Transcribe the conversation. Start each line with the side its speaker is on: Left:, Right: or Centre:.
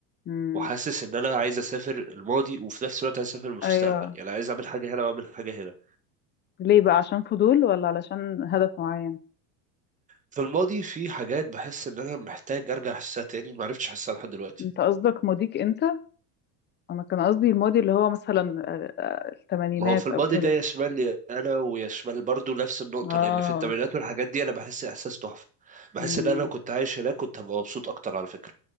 Left: مم.
Right: وحاسس ان انا عايز اسافر الماضي وفي نفس الوقت عايز اسافر المستقبل
Left: أيوة
Right: يعني عايز اعمل حاجه هنا واعمل حاجه هنا
Left: ليه بقى عشان فضول ولا علشان هدف معين؟
Right: في الماضي في حاجات بحس ان انا محتاج ارجع احسها تاني ما عرفتش احسها لحد دلوقتي
Left: انت قصدك ماضيك انت؟ انا كان قصدي الماضي اللي هو مثلا آه، آه، الثمانينات
Right: ما هو في الماضي
Left: او كده
Right: ده يشمل لي انا ويشمل برضو نفس النقطه
Left: اه
Right: لان في الثمانينات والحاجات دي انا بحس احساس تحفه بحس
Left: امم
Right: ان انا لو كنت عايش هناك كنت هبقى مبسوط اكتر على فكره